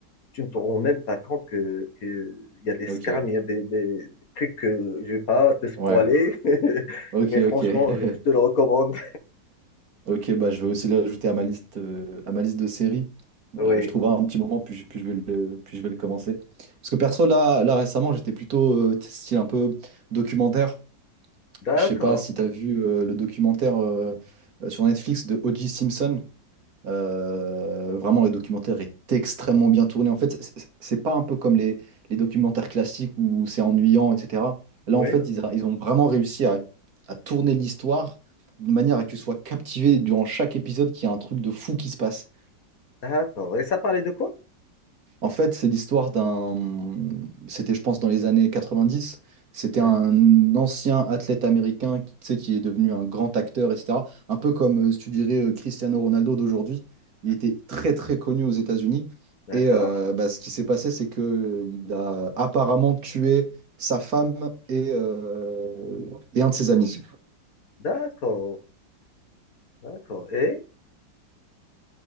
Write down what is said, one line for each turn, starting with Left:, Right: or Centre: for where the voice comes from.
Left: tu ne te rends même pas compte que, que il y a des
Right: Ok.
Left: scams, il y a des, des- des trucs que je vais pas te spoiler.
Right: Ouais.
Left: <laughs>
Right: Ok,
Left: Mais
Right: ok.
Left: franchement,
Right: <laughs>
Left: je, je te le recommande.
Right: Ok, bah je vais aussi l'ajouter à ma liste, euh, à ma liste de séries.
Left: <laughs>
Right: Euh,
Left: Oui,
Right: je trouverai un petit moment, puis, je- puis, je vais le, puis je vais le commencer. Parce que perso, là, là récemment, j'étais plutôt euh, tu sais, style un peu documentaire.
Left: D'accord.
Right: Je sais pas si tu as vu euh, le documentaire euh, sur Netflix de O.J. Simpson. Euh, vraiment, le documentaire est extrêmement bien tourné. En fait, c'est c'est- pas un peu comme les, les documentaires classiques où c'est ennuyant, etc. Là,
Left: Oui,
Right: en fait, ils, a- ils ont vraiment réussi à, à tourner l'histoire d'une manière à que tu sois captivé durant chaque épisode qu'il y a un truc de fou qui se passe.
Left: d'accord. Et ça parlait de quoi?
Right: En fait, c'est l'histoire d'un. C'était, je pense, dans les années 90. C'était
Left: D'accord.
Right: un ancien athlète américain qui, tu sais, qui est devenu un grand acteur, etc. Un peu comme, euh, si tu dirais, euh, Cristiano Ronaldo d'aujourd'hui. Il était très, très connu aux États-Unis.
Left: D'accord.
Right: Et euh, bah, ce qui s'est passé, c'est que il a apparemment tué sa femme et, euh, et un de ses amis.
Left: D'accord. D'accord. Et?